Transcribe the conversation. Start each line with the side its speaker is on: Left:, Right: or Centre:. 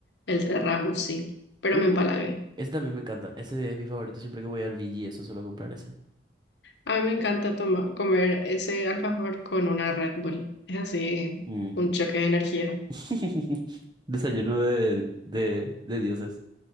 Left: el Terrabuzzi, pero
Right: Uh,
Left: me empalagué.
Right: ese también me encanta. Ese es mi favorito siempre que voy al Vigi, eso suelo comprar ese.
Left: A mí me encanta toma- comer ese alfajor con una Red Bull. Es así,
Right: Mm.
Left: un choque de energía.
Right: <laughs> Desayuno de, de, de dioses.